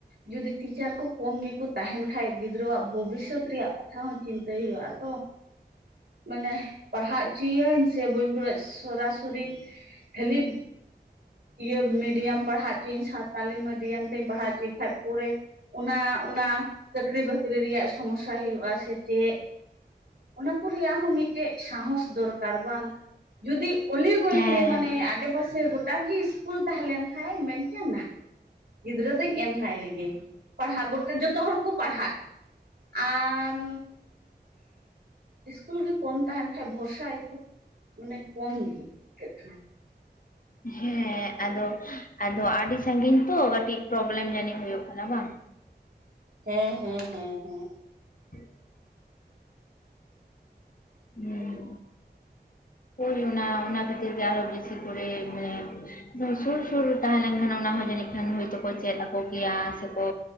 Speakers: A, on the right; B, on the left.
A: ᱡᱩᱫᱤ ᱴᱤᱪᱟᱨ ᱠᱚ ᱠᱚᱢ ᱜᱮᱠᱚ ᱛᱟᱦᱮᱱ ᱠᱷᱟᱱ ᱜᱤᱫᱽᱨᱟᱹᱣᱟᱜ ᱵᱷᱚᱵᱤᱥᱚᱛ ᱨᱮᱭᱟᱜ ᱠᱟᱛᱷᱟ ᱦᱚᱸ ᱪᱤᱱᱛᱟᱹᱭ ᱦᱩᱭᱩᱜ-ᱟ ᱛᱚ᱾ ᱢᱟᱱᱮ ᱯᱟᱲᱦᱟᱜ ᱩᱪᱚᱭᱤᱭᱟᱹᱧ ᱥᱮ ᱵᱟᱹᱧ ᱥᱚᱨᱟᱥᱚᱨᱤ ᱠᱷᱟᱹᱞᱤ ᱤᱭᱟᱹ ᱢᱤᱰᱤᱭᱟᱢ ᱯᱟᱲᱦᱟᱣ ᱚᱪᱚᱭᱟᱧ ᱛᱟᱞᱤᱢ ᱢᱤᱰᱤᱭᱟᱢ ᱛᱤᱧ ᱯᱟᱲᱦᱟᱣ ᱦᱚᱪᱚᱭ ᱠᱷᱟᱱᱡ ᱯᱚᱨᱮ ᱚᱱᱟ ᱚᱱᱟ ᱪᱟᱹᱠᱨᱤ ᱵᱟᱹᱠᱨᱤ ᱨᱮᱭᱟᱜ ᱥᱚᱢᱚᱥᱥᱟ ᱦᱩᱭᱩᱜᱼᱟ ᱥᱮ ᱪᱮᱫ? ᱚᱱᱟ ᱠᱚ ᱨᱮᱭᱟᱜ ᱦᱚᱸ ᱢᱤᱫᱴᱮᱡ ᱥᱟᱦᱚᱥ ᱫᱚᱨᱠᱟᱨ ᱵᱟᱝ ᱡᱩᱫᱤ ᱩᱞᱤ ᱜᱚᱞᱤ
B: ᱦᱮᱸ
A: ᱨᱮ ᱢᱟᱱᱮ
B: ᱦᱮᱸ
A: ᱟᱰᱮ-ᱯᱟᱥᱮ ᱜᱚᱴᱟᱜ ᱜᱮ ᱤᱥᱠᱩᱞ ᱛᱟᱦᱮᱸ ᱞᱮᱱ ᱠᱷᱟᱱ ᱢᱮᱱ <unintelligible> ᱜᱤᱫᱽᱨᱟᱹ ᱫᱚᱧ ᱮᱢ ᱠᱟᱭ ᱞᱮᱜᱮ ᱯᱟᱲᱦᱟᱣ ᱜᱚᱴᱟ ᱡᱚᱛᱚ ᱡᱚᱛᱚ ᱦᱚᱲ ᱠᱚ ᱯᱟᱲᱦᱟᱜ ᱟᱱ ᱤᱥᱠᱩᱞ ᱜᱮ ᱠᱚᱢ ᱛᱟᱦᱮᱱ ᱠᱷᱟᱱ ᱵᱷᱚᱨᱥᱟ ᱮᱠᱴᱩ ᱢᱟᱱᱮ ᱠᱚᱢ ᱜᱮ <unintelligible>
B: ᱦᱮᱸ ᱟᱫᱚ ᱟᱫᱚ ᱟᱹᱰᱤ ᱥᱟᱺᱜᱤᱧ ᱛᱚ ᱠᱟᱹᱴᱤᱡ ᱯᱨᱚᱵᱞᱮᱢ ᱡᱟᱹᱱᱤᱡ ᱦᱩᱭᱩᱜ ᱠᱟᱱᱟ ᱵᱟᱝ?
A: ᱦᱮᱸ ᱦᱮᱸ ᱦᱮᱸ ᱦᱮᱸ
B: <unintelligible> ᱦᱮᱸ ᱦᱩᱭ ᱚᱱᱟ ᱚᱱᱟ ᱠᱷᱟᱹᱛᱤᱨ ᱜᱮ ᱟᱨᱚ ᱵᱮᱥᱤ ᱠᱚᱨᱮ ᱢᱟᱱᱮ ᱥᱩᱨ ᱥᱩᱨ ᱨᱮ ᱛᱟᱦᱮᱸ ᱞᱮᱱᱠᱷᱟᱱ ᱚᱱᱟ ᱦᱚᱸ ᱡᱟᱱᱤᱡ ᱢᱮᱱᱟᱹᱱ ᱠᱷᱟᱱ ᱦᱚᱭ ᱛᱚᱠᱚ ᱪᱮᱫ ᱟᱠᱚ ᱠᱮᱭᱟ ᱥᱮᱠᱚ